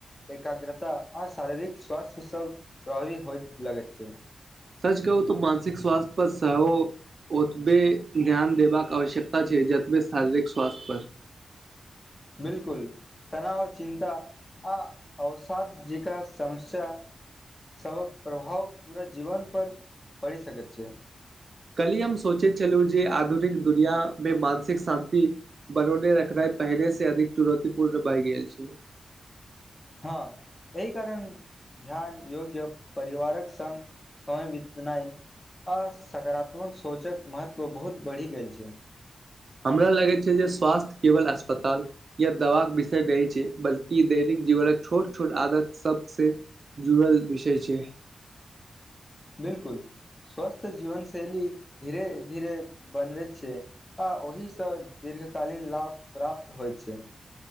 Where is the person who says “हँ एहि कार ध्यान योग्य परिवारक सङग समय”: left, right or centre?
Left